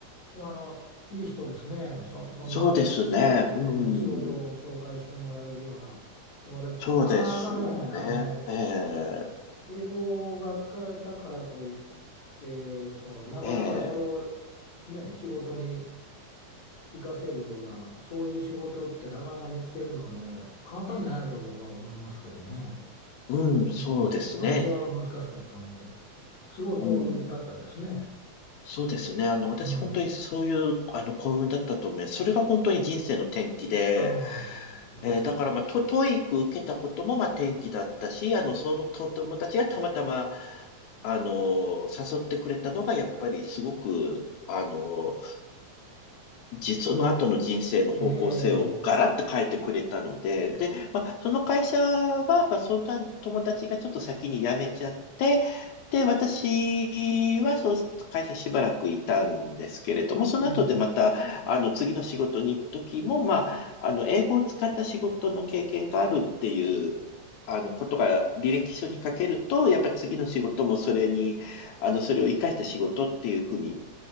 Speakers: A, on the left (about 65°); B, on the left (about 80°).
A: いやあの、いい人ですね。そ、そんなし仕事、
B: そうですね。
A: その仕事を紹介してもらえるような友達ってなかなかね、
B: うん、そうですね。
A: あの、
B: ええ、
A: 英語が使えたからといって、その、なかなかそれを
B: ええ、
A: ね、仕事に活かせるような、そういう仕事ってなかなか見つけるのはね、簡単じゃないと僕は思いますけどね。
B: うん、そうですね。
A: うん、私は難しかったので、すごい幸運だったですね。
B: うんそうですね。あの、私本当にそういう、
A: うん。
B: あの、幸運だったと思います。それが本当に人生の転機で、
A: ああ、まさに。
B: えーだからまあ、ト、トイック受けたこともまあ転機だったし、あの、そのと友達がたまたま、あの、誘ってくれたのが、やっぱりすごく、あの、じ、その後の人生の方向性をガラッと変えてくれたので、
A: ええ、
B: で、まあ、その会社は、やっぱそんな友達がちょっと先に辞めちゃって、で、私はそう、会社しばらくいたんですけれども、その後でまた、
A: うん、
B: あの、次の仕事に行くときも、まあ、あの、英語を使った仕事の経験があるっていう、あの、ことが履歴書に書けると、やっぱり次の仕事もそれに、あの、それを活かした仕事っていうふうに